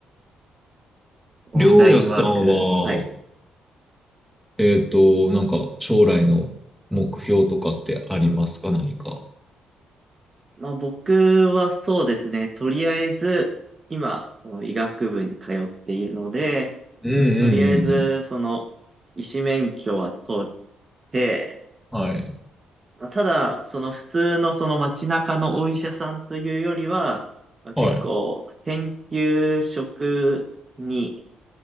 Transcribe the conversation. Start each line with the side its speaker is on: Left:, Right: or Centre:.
Right: オンラインワーク。
Centre: りょうやさんは、
Right: はい。
Centre: えっと、なんか、将来の目標とかってありますか何か。
Right: まあ、僕はそうですね。とりあえず、今、その医学部に通っているので、
Centre: うんうんうんうん。
Right: とりあえず、その、医師免許は取って、
Centre: はい。
Right: まあただ、その普通のその街中のお医者さんというよりは、まあ結構研究職に
Centre: はい。